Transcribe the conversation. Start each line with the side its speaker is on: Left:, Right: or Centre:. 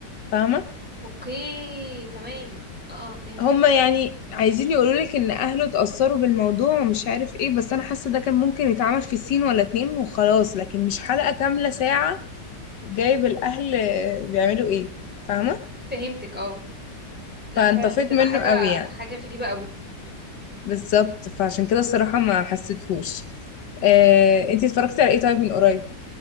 Left: فاهمة
Centre: اوكي تمام اه فهمت
Left: هما يعني عايزين يقولولك ان اهله اتأثروا بالموضوع ومش عارف ايه بس انا حاسة ده كان ممكن يتعمل في سين ولا اتنين وخلاص لكن مش حلقة كاملة ساعة جايب الاهل بيعملوا ايه فاهمة
Centre: فهمتك اه لا
Left: فانطفيت
Centre: فعلا بتبقى
Left: منه
Centre: حاجة
Left: قوي يعني
Centre: حاجة غريبة قوي
Left: بالظبط فعشان كده الصراحة ما حسيتهوش آه، انتي اتفرجتي على ايه طيب من قريب